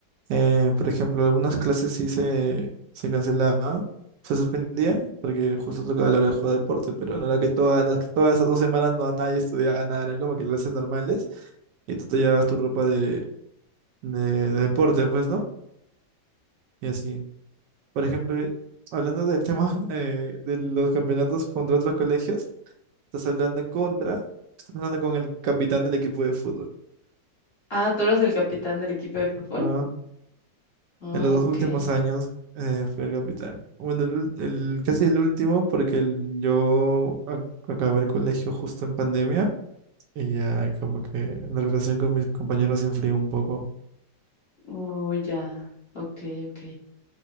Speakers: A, on the right (about 75°); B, on the left (about 35°).
A: Eh, por ejemplo, algunas clases sí se, se cancelaban, se suspendían, porque justo tocaba la hora de jugar deporte, pero no era que todas las que todas esas dos semanas no nadie estudiaba nada, eran como que clases normales, y tú te llevabas tu ropa de, de, de deporte, pues, ¿no? Y así. Por ejemplo, eh, hablando del tema <laughs> eh, de los campeonatos contra otros colegios, estás hablando contra, estás hablando con el capitán del equipo de fútbol.
B: Ah, tú eras el capitán del equipo de fútbol.
A: ¿ah?
B: Oh,
A: En los dos
B: ok.
A: últimos años eh, fui el capitán. Bueno, el, ul- el- casi el último porque el- yo ac- acabé el colegio justo en pandemia y ya como que la relación con mis compañeros se enfrió un poco.
B: Oh, ya. Ok, ok.